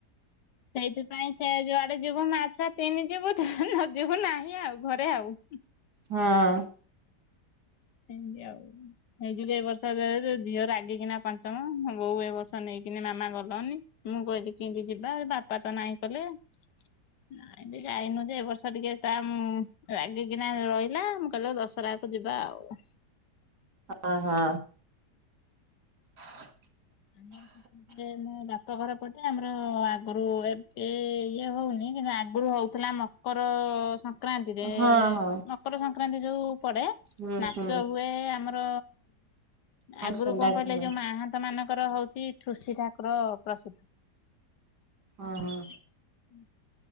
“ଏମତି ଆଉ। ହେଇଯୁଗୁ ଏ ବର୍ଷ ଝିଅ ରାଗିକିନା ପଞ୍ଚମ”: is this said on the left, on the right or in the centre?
Left